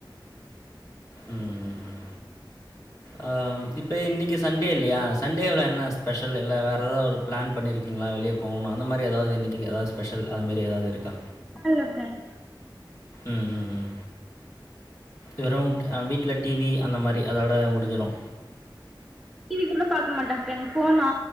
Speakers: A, on the left; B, in the centre.
A: ம் ம் ம் அ இப்ப இன்னிக்கி சண்டே இல்லயா சண்டேவுல என்ன ஸ்பெஷல் இல்ல வேறு எதா ஒரு ப்ளேன் பண்ணிருக்கீங்ளா வெளிய போவணு அந்தமாரி எதாவ்து இன்னிக்கி எதாவ்து ஸ்பெஷல் அதமேரி எதாவ்து இருக்கா
B: ஹலோ ஃப்ரெண்ட்
A: ம் ம் ம் வெறு வீட்ல டிவி அந்த மாரி அதோட முடிஞ்சிடு
B: டிவி கூட பாக்க மாட்ட ப்ரெண்ட் ஃபோனா